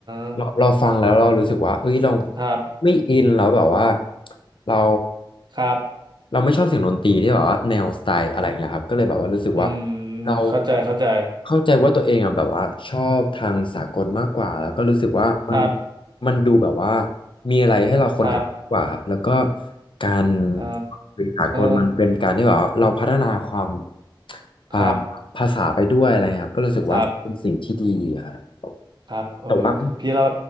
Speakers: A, on the right (about 55°); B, on the left (about 70°).
A: อ
B: เราเราฟังแล้วเรารู้สึกว่าเอ้ยเรา
A: ครับ
B: ไม่อินแล้วแบบว่าเรา
A: ครับ
B: เราไม่ชอบเสียงดนตรีที่แบบว่าแนวสไตล์อะไรเงี้ยครับก็เลยแบบว่ารู้สึกว่า
A: อืม
B: เรา
A: เข้าใจเข้าใจ
B: เข้าใจว่าตัวเองอ่ะแบบว่าชอบทางสากลมากกว่าแล้วก็รู้สึกว่ามัน
A: ครับ
B: มันดูแบบว่ามีอะไรให้เราค้นหามากกว่าครับแล้วก็
A: ครับ
B: การ
A: เอ
B: เป็นสากลมันเป็นการที่แบบว่าเราพัฒนาความ
A: อ
B: อ่า
A: ครับ
B: ภาษาไปด้วยอะไรเงี้ยครับก็รู้สึกว่ามันเป็นสิ่งที่ดีอะครับ
A: ครับ ครับเออแต่พี่เรา
B: แต่ว่า